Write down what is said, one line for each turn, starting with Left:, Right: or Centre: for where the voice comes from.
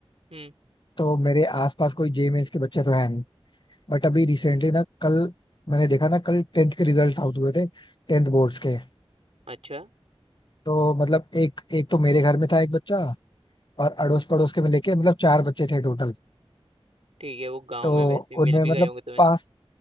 Right: हम्म
Left: तो मेरे आसपास कोई जेई मेंस के बच्चे तो हैं नहीं बट अभी रिसेंटली ना कल मैंने देखा ना कल टेंथ के रिजल्ट आउट हुए थे टेंथ बोर्ड्स के
Right: अच्छा
Left: तो मतलब एक एक तो मेरे घर में था एक बच्चा और अड़ोस पड़ोस के में लेके मतलब चार बच्चे थे टोटल
Right: ठीक है वो गाँव
Left: तो
Right: में वैसे भी
Left: उनमें
Right: मिल भी
Left: मतलब
Right: गए होंगे तुम्हें
Left: पास